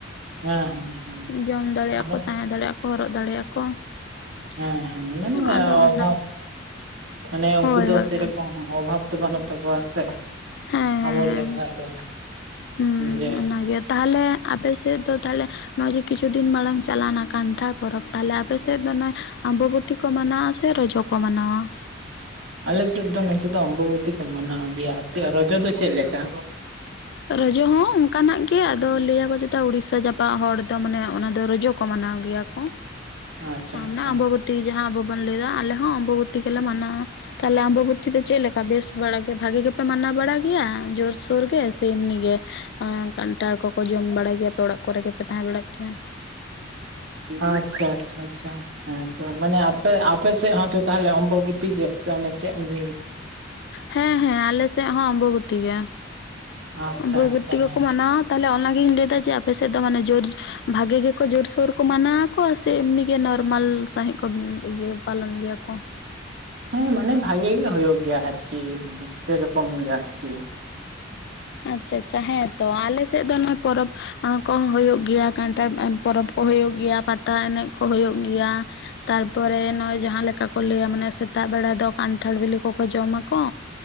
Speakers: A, on the right; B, on the left.
A: ᱦᱮᱸ ᱦᱮᱸ ᱦᱮᱸ
B: ᱡᱚᱢ ᱫᱟᱲᱮᱭᱟᱜᱼᱟ
A: ᱢᱟᱱᱮ
B: ᱠᱚ ᱛᱟᱦᱮᱸ ᱫᱟᱲᱮᱭᱟᱜᱼᱟ ᱠᱚ ᱦᱚᱨᱚᱜ ᱫᱟᱲᱮᱭᱟᱜᱼᱟ ᱠᱚ᱾
A: ᱦᱮᱸ ᱦᱮᱸ ᱢᱟᱱᱮ
B: ᱟᱫᱚ
A: ᱚᱵᱷᱟᱵ
B: ᱚᱱᱟ
A: ᱢᱟᱱᱮ
B: ᱦᱳᱭ
A: ᱩᱱᱠᱩ ᱫᱚ
B: ᱦᱳᱭ
A: ᱥᱮᱨᱚᱠᱚᱢ
B: ᱦᱳᱭ
A: ᱚᱵᱷᱟᱵ ᱫᱚ ᱵᱟᱹᱱᱩᱜ ᱛᱟᱠᱚᱣᱟ ᱥᱮ,
B: ᱦᱮᱸ
A: ᱟᱵᱚ
B: ᱦᱮᱸ
A: ᱞᱮᱠᱷᱟ ᱫᱚ
B: ᱦᱩᱸ
A: ᱡᱮ
B: ᱚᱱᱟᱜᱮ ᱛᱟᱦᱚᱞᱮ ᱟᱯᱮ ᱥᱮᱫ ᱫᱚ ᱛᱟᱦᱚᱞᱮ ᱱᱚᱜᱼᱚᱭ ᱡᱮ ᱠᱤᱪᱷᱩ ᱫᱤᱱ ᱢᱟᱲᱟᱝ ᱪᱟᱞᱟᱣᱱᱟ ᱠᱟᱱᱴᱷᱟᱲ ᱯᱚᱨᱚᱵᱽ ᱛᱟᱦᱚᱞᱮ ᱟᱯᱮ ᱥᱮᱫ ᱫᱚ ᱱᱚᱜᱼᱚᱭ ᱚᱢᱵᱚᱵᱚ ᱛᱤ ᱠᱚ ᱢᱟᱱᱟᱣᱟ ᱥᱮ ᱨᱚᱡᱚ ᱠᱚ ᱢᱟᱱᱟᱣᱟ?
A: ᱟᱞᱮ ᱥᱮᱫ ᱫᱚ ᱱᱚᱛᱮ ᱫᱚ ᱚᱢᱵᱚᱵᱚᱛᱤ ᱠᱚ ᱢᱟᱱᱟᱣ ᱜᱮᱭᱟ, ᱪᱮᱫ ᱨᱚᱡᱚ ᱫᱚ ᱪᱮᱫ ᱞᱮᱠᱟ?
B: ᱨᱚᱡᱚ ᱦᱚᱸ ᱚᱱᱠᱟᱱᱟᱜ ᱜᱮ ᱟᱫᱚ ᱞᱟᱹᱭᱟᱠᱚ ᱡᱮ ᱴᱟ ᱩᱲᱤᱥᱥᱟ ᱡᱟᱯᱟᱜ ᱦᱚᱲ ᱫᱚ ᱢᱟᱱᱮ ᱚᱱᱟ ᱫᱚ ᱨᱚᱡᱚ ᱠᱚ ᱢᱟᱱᱟᱣ ᱜᱮᱭᱟ ᱠᱚ,
A: ᱟᱪᱪᱷᱟ
B: ᱢᱟᱱᱮ
A: ᱟᱪᱪᱷᱟ
B: ᱟᱢᱵᱚ ᱛᱤ ᱡᱟᱦᱟᱸ ᱟᱵᱚ ᱵᱚᱱ ᱞᱟᱹᱭᱫᱟ ᱟᱞᱮ ᱦᱚᱸ ᱚᱢᱵᱚᱵᱚᱛᱤ ᱜᱮᱞᱮ ᱢᱟᱱᱟᱣᱟ᱾ ᱛᱟᱦᱞᱮ ᱟᱢᱵᱚᱵᱚᱛᱤ ᱫᱚ ᱪᱮᱫ ᱞᱮᱠᱟ ᱵᱮᱥ ᱵᱟᱲᱟ ᱜᱮ ᱵᱷᱟᱜᱮ ᱜᱮᱯᱮ ᱢᱟᱱᱟᱣ ᱵᱟᱲᱟᱭ ᱜᱮᱭᱟ ᱡᱳᱨᱥᱳᱨ ᱜᱮ? ᱥᱮ ᱮᱢᱱᱤ ᱜᱮ, ᱮᱸ ᱠᱟᱱᱴᱷᱟᱲ ᱠᱚᱠᱚ ᱡᱚᱢ ᱵᱟᱲᱟᱭ ᱜᱮᱭᱟ ᱯᱮ ᱚᱲᱟᱜ ᱠᱚᱨᱮ ᱜᱮᱯᱮ ᱛᱟᱦᱮᱸ ᱵᱟᱲᱟᱜ ᱜᱮᱭᱟ᱾
A: ᱟᱪᱪᱷᱟ ᱟᱪᱪᱷᱟ ᱟᱪᱪᱷᱟ᱾ ᱦᱮᱸ ᱛᱚ ᱢᱟᱱᱮ ᱟᱯᱮ ᱟᱯᱮ ᱥᱮᱫ ᱦᱚᱸᱛᱚ ᱛᱟᱦᱚᱞᱮ ᱚᱢᱵᱚᱵᱚᱛᱤ ᱜᱮ ᱥᱮ ᱪᱮᱫ ᱮᱢᱱᱤ?
B: ᱦᱮᱸ ᱦᱮᱸ ᱟᱞᱮ ᱥᱮᱫ ᱦᱚᱸ ᱟᱢᱵᱚᱵᱚᱛᱤ ᱜᱮ,
A: ᱟᱪᱪᱷᱟ
B: ᱟᱢᱵᱚᱵᱚᱛᱤ
A: ᱟᱪᱪᱷᱟ
B: ᱜᱮᱠᱚ
A: ᱦᱮᱸ
B: ᱢᱟᱱᱟᱣᱟ᱾ ᱛᱟᱦᱚᱞᱮ ᱚᱱᱟᱜᱤᱧ ᱞᱟᱹᱭᱮᱫᱟ ᱡᱮ ᱟᱯᱮ ᱥᱮᱫ ᱫᱚ ᱢᱟᱱᱮ ᱡᱳᱨ ᱵᱷᱟᱜᱮ ᱜᱮᱠᱚ ᱡᱳᱨᱥᱳᱨ ᱠᱚ ᱢᱟᱱᱟᱣᱟᱠᱚ ᱥᱮ ᱮᱢᱱᱤ ᱜᱮ ᱱᱚᱨᱢᱟᱞ ᱥᱟᱺᱦᱤᱡ ᱠᱚ ᱤᱭᱟᱹ ᱯᱟᱞᱚᱱ ᱜᱮᱭᱟ ᱠᱚ?
A: ᱦᱮᱸ ᱢᱟᱱᱮ ᱵᱷᱟᱜᱮ ᱜᱮ ᱦᱩᱭᱩᱜ ᱜᱮᱭᱟ ᱟᱨᱠᱤ, ᱥᱮᱨᱚᱠᱚᱢ ᱜᱮ ᱟᱨᱠᱤ᱾
B: ᱟᱪᱪᱷᱟ ᱟᱪᱪᱷᱟ ᱦᱮᱸ ᱛᱚ ᱟᱞᱮ ᱥᱮᱫ ᱫᱚ ᱱᱚᱜ-ᱣᱟ ᱯᱚᱨᱚᱵᱽ ᱠᱚᱦᱚᱸ ᱦᱩᱭᱩᱜ ᱜᱮᱭᱟ, ᱠᱟᱱᱴᱷᱟᱲ ᱯᱚᱨᱚᱵᱽ ᱠᱚ ᱦᱩᱭᱩᱜ ᱜᱮᱭᱟ, ᱯᱟᱛᱟ ᱮᱱᱮᱡ ᱠᱚ ᱦᱩᱭᱩᱜ ᱜᱮᱭᱟ᱾ ᱛᱟᱨᱯᱚᱨᱮ ᱚᱱᱟ ᱡᱟᱦᱟᱸ ᱞᱮᱠᱟ ᱠᱚ ᱞᱟᱹᱭᱟ ᱢᱟᱱᱮ ᱥᱮᱛᱟᱜ ᱵᱮᱲᱟ ᱫᱚ ᱠᱟᱱᱴᱷᱟᱲ ᱵᱤᱞᱤ ᱠᱚᱠᱚ ᱡᱚᱢᱟᱠᱚ,